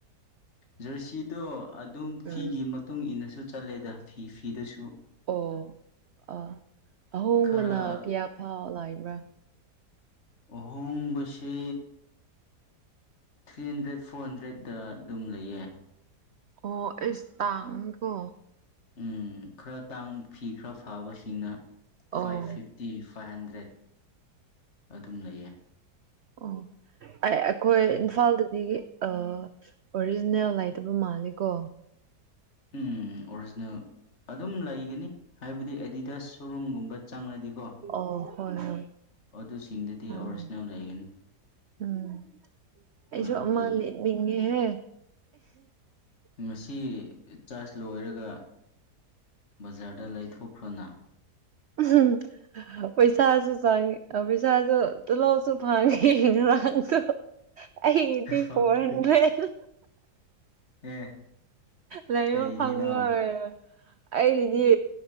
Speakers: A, on the left; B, on the right.
A: ꯖꯔꯁꯤꯗꯣ ꯑꯗꯨꯝ
B: ꯎꯝ
A: ꯐꯤꯒꯤ ꯃꯇꯨꯡ ꯏꯟꯅꯁꯨ ꯆꯠꯂꯦꯗ ꯐꯤ ꯐꯤꯗꯨꯁꯨ
B: ꯑꯣ ꯑ ꯑꯍꯣꯡꯕꯅ
A: ꯈꯔ
B: ꯀꯌꯥ ꯐꯥꯎ ꯂꯥꯛꯏꯕ꯭ꯔꯥ
A: ꯑꯍꯣꯡꯕꯁꯤ ꯊ꯭ꯔꯤ ꯍꯟꯗ꯭ꯔꯦꯠ ꯐꯣꯔ ꯍꯟꯗ꯭ꯔꯦꯗ ꯗ ꯑꯗꯨꯝ ꯂꯩꯌꯦ
B: ꯑꯣ ꯏꯁ ꯇꯥꯡꯏꯀꯣ
A: ꯎꯝ ꯈꯔ ꯇꯥꯡ ꯐꯤ ꯈꯔ ꯐꯥꯕꯁꯤꯡꯅ
B: ꯑꯣ
A: ꯐꯥꯏꯚ ꯐꯤꯐꯇꯤ ꯐꯥꯏꯚ ꯍꯟꯗ꯭ꯔꯦꯠ ꯑꯗꯨꯝ ꯂꯩꯌꯦ
B: ꯑꯣ ꯑꯩꯈꯣꯏ
A: ꯎꯝ
B: ꯏꯝꯐꯥꯜꯗꯗꯤ ꯑꯥ ꯑꯣꯔꯤꯖꯤꯅꯦꯜ ꯂꯩꯇꯕ ꯃꯥꯜꯂꯤꯀꯣ
A: ꯎꯝ ꯑꯣꯔꯤꯖꯤꯅꯦꯜ ꯑꯗꯨꯝ ꯂꯩꯒꯅꯤ ꯍꯥꯏꯕꯗꯤ ꯑꯦꯗꯤꯗꯥꯁ ꯁꯣ ꯔꯨꯝ ꯒꯨꯝꯕ ꯆꯪꯉꯗꯤꯀꯣ
B: ꯑꯣ ꯍꯣꯏ ꯍꯣꯏ
A: ꯑꯗꯨꯁꯤꯡꯗꯗꯤ
B: ꯎꯝ
A: ꯑꯣꯔꯤꯖꯤꯅꯦꯜ ꯂꯩꯒꯅꯤ
B: ꯎꯝ ꯑꯩꯁꯨ
A: ꯑꯗꯨꯗꯤ
B: ꯑꯃ ꯂꯩꯅꯤꯡꯉꯦꯍꯦ
A: ꯉꯁꯤ ꯆꯥꯔꯖ ꯂꯣꯏꯔꯒ ꯕꯖꯥꯔꯗ ꯂꯩꯊꯣꯛꯈ꯭ꯔꯣꯅ
B: ꯎꯝ ꯄꯩꯁꯥꯁꯨ ꯆꯪꯉꯤ ꯄꯩꯁꯥꯁꯨ ꯇꯣꯜꯂꯣꯞꯁꯨ ꯐꯪꯉꯤ ꯉꯥꯔꯥꯡ ꯑꯩꯒꯤꯗꯤ
A: ꯐꯪꯉꯤꯀꯣ
B: ꯐꯣꯔ ꯍꯟꯗ꯭ꯔꯦꯠ
A: ꯑꯦ
B: ꯂꯩꯕ
A: ꯀꯩꯒꯤꯅꯣ
B: ꯐꯪꯉꯔꯣꯏ ꯑꯩꯒꯤꯗꯤ